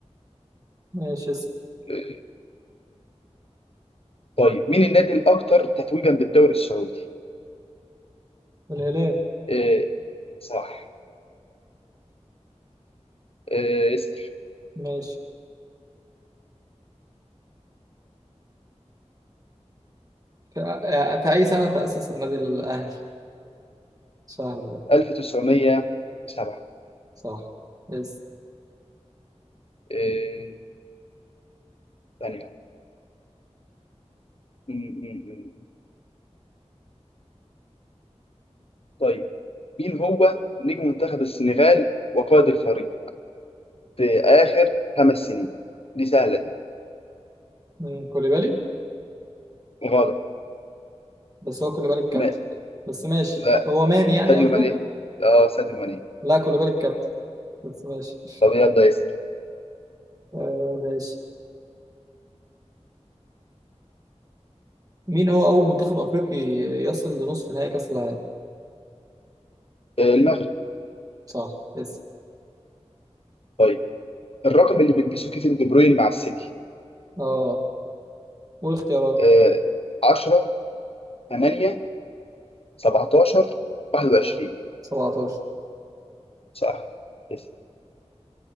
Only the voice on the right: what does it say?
ماشي اسم.
الهلال
ماشي في, آه، في اي سنة تأسس النادي الاهلي سهل ده
صح يس
مم، كوليبالي
بس هو كوليبالي الكابتن
بس ماشي
هو ماني يعني
قصدك
لا كوليبالي الكابتن بس ماشي
آه ماشي مين هو اول منتخب افريقي يصل لنصف نهائي كاس العالم
صح يس
اه والاختيارات
17